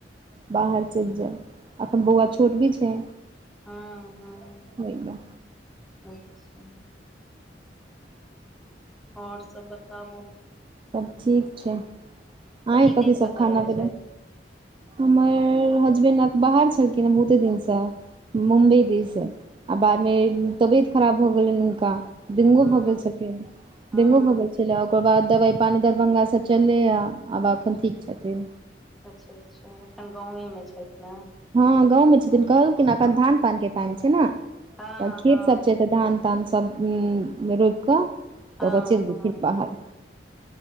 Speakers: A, on the right (about 30°); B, in the centre.
A: बाहर चलि जैब एखन बौआ छोट भी छै
B: हँ हँ
A: एकदम
B: अच्छा आओर सब बताबू
A: सब ठीक छै अहाँके
B: पतिदेव
A: कथी सब
B: कतऽ
A: खाना
B: रहै छथि
A: भेलै हमर हसबैंड अख बाहर छलखिन हेँ बहुते दिनसँ मुम्बई
B: अच्छा अच्छा
A: दिस आ बादमे तबियत खराब भऽ गेलनि हुनका डेंगू
B: हँ
A: भऽ गेल छलखिन
B: हँ
A: डेंगू भऽ गेल छलै आ ओकर बाद दबाइ पानि दरभङ्गासँ चललैय आब एखन ठीक छथिन
B: अच्छा अच्छा एखन गाँवेमे छथि ने
A: हँ गाँवमे छथिन कहलखिन एखन धान पान के टाइम छै न
B: हँ
A: तऽ खेतसभ
B: हँ
A: छै तऽ धान तानसभ रोपि कऽ
B: हँ
A: तऽ ओकर चलि जेथिन
B: हँ
A: बाहर
B: हँ